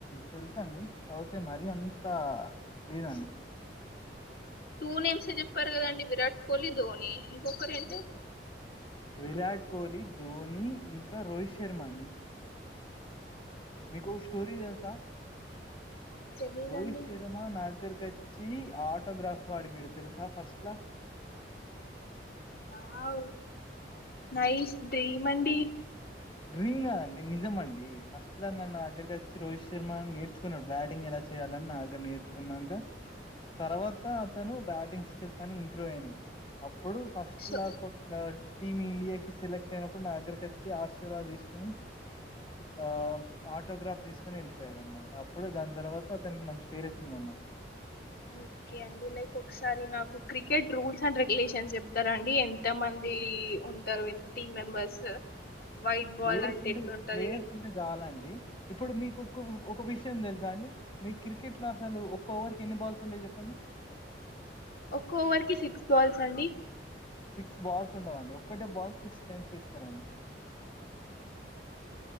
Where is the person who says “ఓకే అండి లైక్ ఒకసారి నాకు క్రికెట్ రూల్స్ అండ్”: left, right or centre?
Left